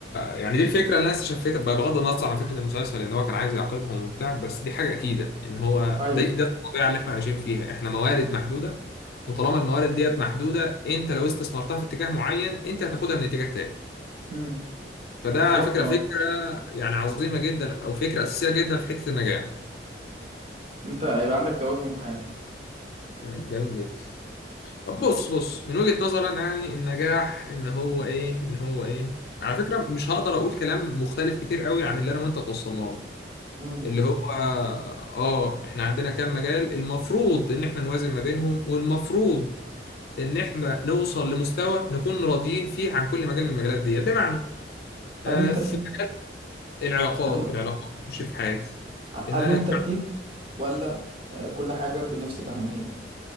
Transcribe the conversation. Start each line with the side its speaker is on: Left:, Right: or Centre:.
Left: يعني دي الفكرة اللي انا استشفيتها بقى بغض النظر عن فكرة المسلسل ان هو كان عايز يعاقبهم وبتاع بس دي حاجة اكيدة ان هو
Right: ايوه
Left: ده ده الطبيعة اللي احنا عايشين فيها احنا موارد محدودة وطالما الموارد ديت محدودة انت لو استثمرتها في اتجاه معين انت هتاخدها من اتجاه تاني
Right: امم
Left: فده
Right: بالظبط
Left: على فكرة
Right: اه
Left: فكرة يعني عظيمة جدا أو فكرة أساسية جدا في حتة النجاح
Right: انت هيبقى عندك توازن في حياتك
Left: مم، جميل جدا طب بص بص من وجهة نظري أنا يعني النجاح إن هو إيه إن هو إيه على فكرة مش هقدر أقول كلام مختلف كتير قوي عن اللي أنا وأنت توصلنا له
Right: مم.
Left: اللي هو آه إحنا عندنا كام مجال المفروض إن إحنا نوازن ما بينهم والمفروض إن إحنا نوصل لمستوى نكون راضيين فيه عن كل مجال من المجالات دي بمعنى آه
Right: هل ليهم ترتيب؟
Left: في العلاقات
Right: هل ليهم
Left: العلاقات شريك حياتي ان
Right: هل
Left: انا
Right: ليهم
Left: يكون
Right: ترتيب ولا آه، كل حاجة بنفس الأهمية؟